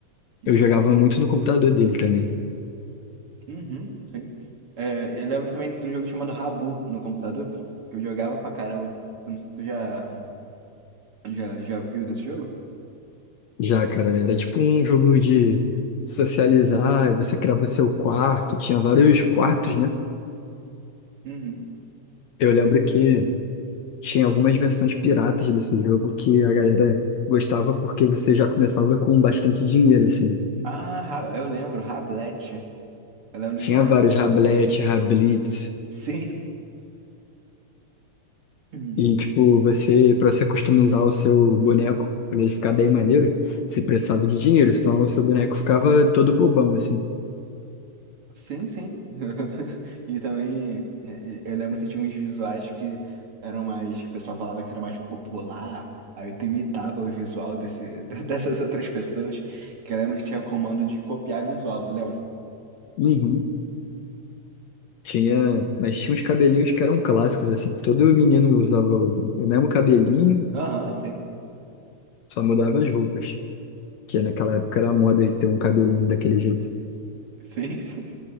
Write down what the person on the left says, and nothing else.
Eu jogava muito no computador dele também.
Já, cara, era tipo um jogo de socializar, você criava o seu quarto, tinha vários quartos, né?
Eu lembro que Tinha algumas versões piratas desse jogo que a galera gostava porque você já começava com bastante dinheiro, assim.
Tinha
vários Rablete,
Rablitz,
e tipo, você, para você customizar o seu boneco, pra ele ficar bem maneiro, você precisava de dinheiro, senão o seu boneco ficava todo bobão, assim.
Uhum. Tinha, mas tinha uns cabelinhos que eram clássicos, assim. Todo menino usava o, o mesmo cabelinho,
só mudava as roupas. Que naquela época era moda ter um cabelinho daquele jeito.